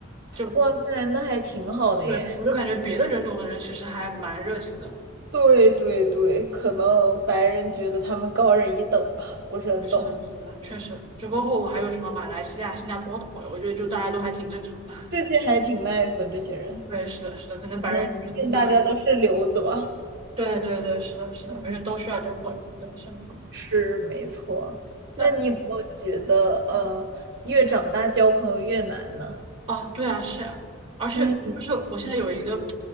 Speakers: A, on the right (about 30°); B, on the right (about 55°).
A: 就。
B: 哇塞，那还挺好的耶。
A: 对，我就感觉别的人种的人其实还蛮热情的。
B: 对对对，可能白人觉得他们高人一等吧，不是很懂。
A: 是的，是的，确实。就包括我还有什么马来西亚、
B: 嗯，
A: 新加坡的朋友，我觉得就大家都还挺正常的。<laughs>
B: 这些还挺 nice 的，这些人，
A: 对，是的，是的，可能白人就是自己玩。
B: 可能毕竟大家都是留子吧。
A: 对对对，是的，是的，
B: 嗯，
A: 而且都需要交朋友。对，是的。
B: <laughs> 是没错。
A: 那嗯
B: 那你有没有觉得，呃，
A: 嗯
B: 越长大交朋友越难呢？
A: 啊，对啊，是啊，而且就是我现在有一个，
B: 嗯，